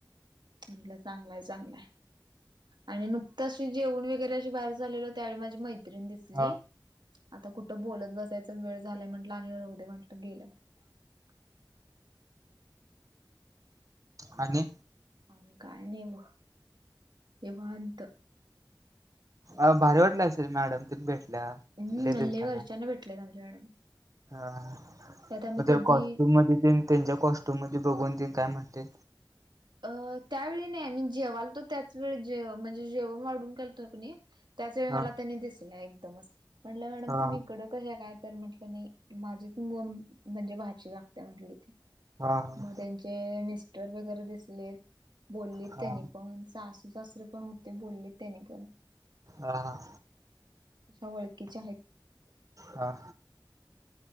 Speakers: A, on the right; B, on the right.
A: म्हटलं चांगलाय चांगलाय आणि नुकतंच जेवण वगैरे अशी बाहेर झालेलं त्यावेळी माझी मैत्रीिणी दिसली.
B: हा
A: आता कुठं बोलत बसायचा की वेळ झालाय म्हटलं आणि राहू दे म्हटलं गेलं.
B: आणि
A: आणि काय नाही व निवांत.
B: अ भारी वाटलं असेल मॅडम तिन भेटल्या.
A: हम्म
B: लय
A: हल्ले
B: दिवसांना
A: वर्षयानं भेटलेत आमच्या मॅडम.
B: हा
A: त्यात आम्ही
B: मग
A: कधी
B: तर कॉस्ट्युम मधी तेन त्यांच्या कॉस्ट्युम मध्ये बघून ती काय म्हणते?
A: अ त्यावेळी नाही मी जेवालतो त्याच वेळी जेव म्हणजे जेवण वाढून केलतो क नी त्याच वेळी
B: हा
A: मला त्यांनी दिसल्या एकदमच म्हटलं मॅडम
B: हा
A: तुम्ही इकडं कशा काय तर म्हटलं नाही माझी तिन म म्हणजे भाची लागते म्हटली ती.
B: हा हा
A: म त्यांचे मिस्टर वगैरे दिसलेत बोलली
B: हा
A: त्यानी पण सासू सासरे पण होते बोललेत त्यानी पण.
B: हा हा.
A: अशा ओळखीच्या आहेत.
B: हा